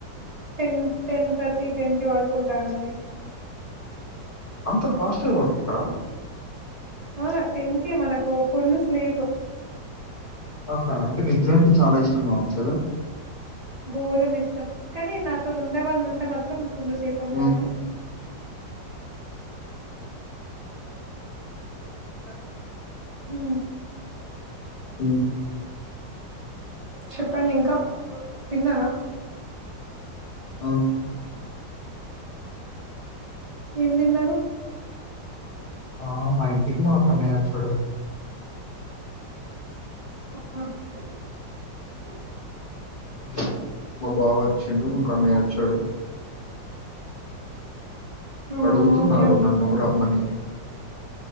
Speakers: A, on the right (about 40°); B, on the left (about 55°).
A: టెన్ టెన్ థర్టీ టెన్ కి పడుకుంటాను నేను
B: అంత ఫాస్ట్గా డుకుంటారా
A: ఆ టన్కే మనకు ఫుల్ స్లీప్
B: ఆహా అంటే నిద్ర అంటే చాలా ఇష్టం కావచ్చు కదా
A: ఘోరం ఇష్టం కానీ నాతో ఉండే వాళ్ళు ఉంటే మాత్రం ఫుల్ సేపు ఉంటా
B: ఆ
A: కాని
B: స
A: హ
B: హ
A: చెప్పండి ఇంకా తిన్నారా
B: అవు
A: ఏం తిన్నారు
B: ఆ మా ఇంటికి మాకున్నయ్య చడు
A: ఆ
B: మ్మ్ మా బాబ్బాయ్ వచ్చిండు ఇంకో అన్నయ్య వచ్చాడు
A: అవునా
B: అడుగుతున్నారు
A: ఓకే ఓకే
B: నన్ను రమ్మని